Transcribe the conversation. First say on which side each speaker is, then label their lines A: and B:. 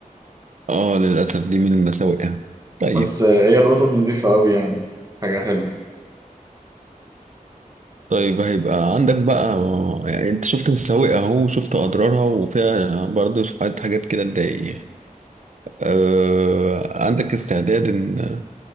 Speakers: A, on the right; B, on the right.
A: اه للاسف دي من المساوئ يعني. طيب
B: بس آه، هي القطط نظيفة أوي يعني حاجة حلوة
A: طيب هيبقى عندك بقى يعني انت شفت مساوئ اهو شفت اضرارها وفيها برضه شوية حاجات كده تضايق يعني. أه عندك استعداد ان